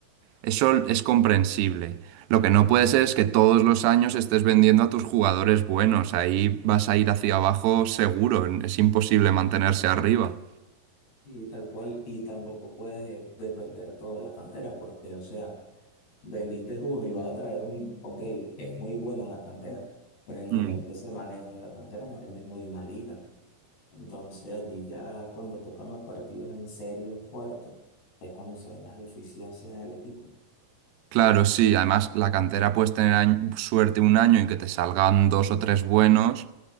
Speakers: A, on the right (about 85°); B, on the left (about 75°).
A: eso es comprensible. Lo que no puede ser es que todos los años estés vendiendo a tus jugadores buenos, ahí vas a ir hacia abajo seguro, es imposible mantenerse arriba.
B: Y tal cual, y tampoco puedes depender todo de la cantera, porque, o sea, vendiste uno y vas a traer un, ok, es muy bueno en la cantera, pero el nivel
A: Mm.
B: que se maneja en la cantera no es el mismo de una liga Entonces allí ya cuando tocan los partidos en serio, fuertes, es cuando se ven las deficiencias del equipo.
A: Claro, sí, además la cantera puedes tener añ- suerte un año y que te salgan dos o tres buenos,